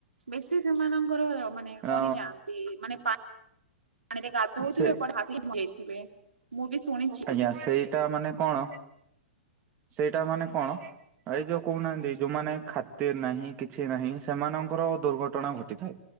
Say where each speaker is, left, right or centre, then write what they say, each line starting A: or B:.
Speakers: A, on the right; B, on the right.
A: ବେଶୀସି ସେମାନଙ୍କର ମାନେ
B: ଅ
A: ମରିଯାଆନ୍ତି ମାନେ ପା ପାଣିରେ ଗାଧୋଉଥିବେ
B: ସେ
A: କୁଆଡେ ହାସିକି ବୁଡି ଯାଇଥିବେ ମୁଁ ବି ଶୁଣିଚି।
B: ଆଜ୍ଞା ସେଇଟା ମାନେ କଣ ସେଇଟା ମାନେ କଣ? ଏଇ ଯୋଉ କହୁନାହାନ୍ତି ଯୋଉମାନେ ଖାତିରି ନାହିଁ କିଛି ନାହିଁ ସେମାନଙ୍କର ଦୁର୍ଘଟଣା ଘଟିଥାଏ।